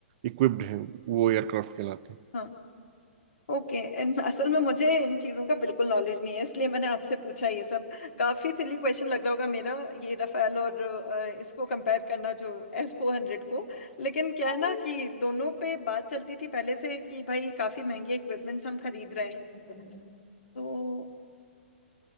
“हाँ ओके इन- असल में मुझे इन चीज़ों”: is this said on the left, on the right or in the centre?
Left